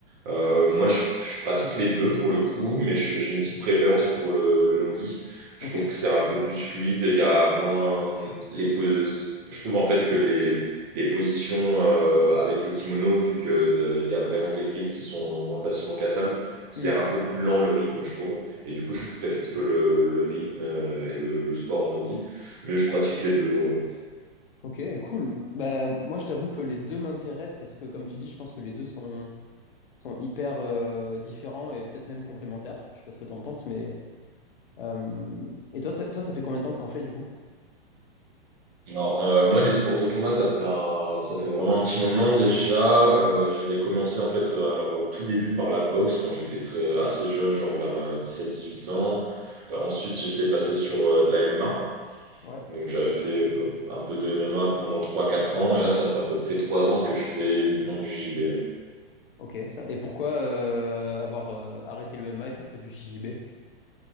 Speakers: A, on the right; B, on the left.
A: Euh, moi, je, je pratique les deux pour le coup, mais je- j'ai une petite préférence pour le, le nogi. Je
B: Ok.
A: trouve que c'est un peu plus fluide. Il y a moins les pos- Je trouve en fait que les, les positions euh, avec le kimono, vu que euh, il y a vraiment des grips qui sont moins facilement cassables,
B: Hmm.
A: c'est un peu plus lent le rythme, je trouve. Et du coup, je préfère un petit peu le, le rythme euh, et le, le sport en nogi. Mais je pratique les deux. euh.
B: Ok, cool. Bah, moi, je t'avoue que les deux m'intéressent parce que, comme tu dis, je pense que les deux sont, sont hyper euh, différents et peut-être même complémentaires. Je sais pas ce que t'en penses, mais... euh, Et toi, ça, toi, ça fait combien de temps que t'en fais, du coup?
A: Alors, euh, moi, des sports de combat, ça fait un- ça fait vraiment un petit moment déjà. Euh, j'avais commencé, en fait, euh, alors au tout début par la boxe quand j'étais très, euh, assez jeune, genre vers dix sept, dix huit ans. Euh, ensuite, j'étais passé sur euh, de la MMA.
B: Ouais.
A: Donc, j'avais fait euh, un peu de MMA pendant trois, quatre ans. Et là, ça fait à peu près 3 ans que je fais uniquement du JB.
B: Ok, ça... Et pourquoi euh, avoir euh, arrêté le MMA et faire que du JJB?